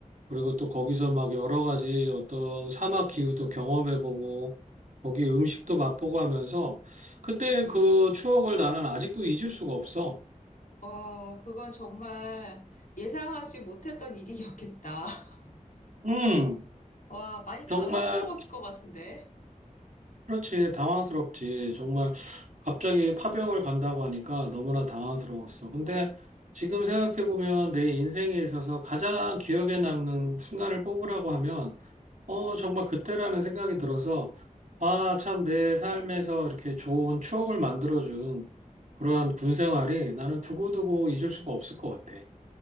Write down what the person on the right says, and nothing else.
그리고 또 거기서 막 여러 가지 어떤 사막 기후도 경험해 보고 거기 음식도 맛보고 하면서 그때 그 추억을 나는 아직도 잊을 수가 없어.
음,
정말,
그렇지, 당황스럽지. 정말, 갑자기 파병을 간다고 하니까 너무나 당황스러웠어. 근데 지금 생각해보면 내 인생에 있어서 가장 기억에 남는 순간을 뽑으라고 하면, 어, 정말 그때라는 생각이 들어서, 아, 참, 내 삶에서 이렇게 좋은 추억을 만들어준 그러한 군 생활이 나는 두고두고 잊을 수가 없을 것 같아.